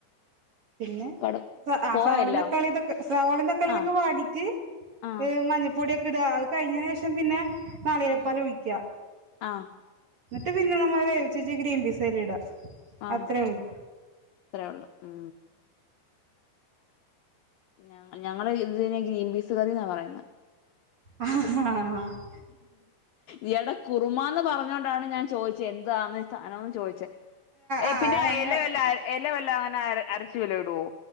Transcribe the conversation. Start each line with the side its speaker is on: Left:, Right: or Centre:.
Right: പിന്നെ
Left: കടു
Right: അ
Left: പോയോ
Right: സവോളയും
Left: എല്ലാം
Right: തക്കാളിയും ഇതൊക്കെ സവാളയും തക്കാളി
Left: ആഹ്
Right: ഇതൊക്കെ വാടിയിട്ട്
Left: ആഹ്
Right: മഞ്ഞൾപ്പൊടിയൊക്കെ ഇടാ ആൾ- കഴിഞ്ഞന് ശേഷം പിന്നെ- നാളികേരപ്പാല്
Left: ഉം
Right: ഒഴിക്കാ
Left: ആഹ്
Right: എന്നി്ട്ട് പിന്നെ നമ്മ വേവിച് വച്ച ഗ്രീൻ പിസ് അതിലിടാ
Left: ആ
Right: അത്രേ ഉള്ളൂ
Left: അത്രേ ഉള്ളൂ ഉ ഞങ്ങ ഞങ്ങള് ഇതിനെ ഗ്രീൻപീസ് കറിന്നാ പറയുന്നേ.
Right: ആഹ് ആഹ്
Left: ഇയാടെ കുറമാന്ന് പറഞ്ഞ ഞ്ഞോണ്ടാണ് ഞാൻ ചോദിച്ചേ എന്തുവാണ് ഈ സാധനോ ന്ന് ചോദിച്ചേ
Right: ആ
Left: പിന്നെ
Right: ഞങ്ങ
Left: എല വല്ലോം എല വല്ലോം ആര അര ച്ച് വെല്ലോ ഇടുവോ